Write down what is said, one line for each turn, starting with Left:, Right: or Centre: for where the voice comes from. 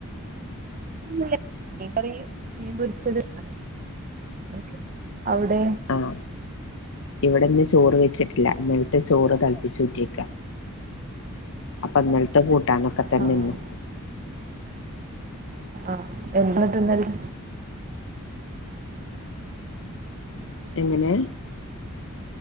Right: ഒന്നുല്ല മീൻ കറി മീൻ പൊരിച്ചത് അങ ക്കെ അവിടെ
Left: ആഹ് ഇവിടെന്ന് ചോറ് വെച്ചിട്ടില്ല ഇന്നലത്തെ ചോറ് തളപ്പിച്ച് ഊറ്റിക്ക അപ്പൊ ഇന്നലത്തെ കൂട്ടാനൊക്കെ തന്നെ
Right: ആഹ്
Left: ഇന്നും
Right: ആഹ് എന്തിന്നിട്ട് ഇന്നലെ
Left: എങ്ങനെ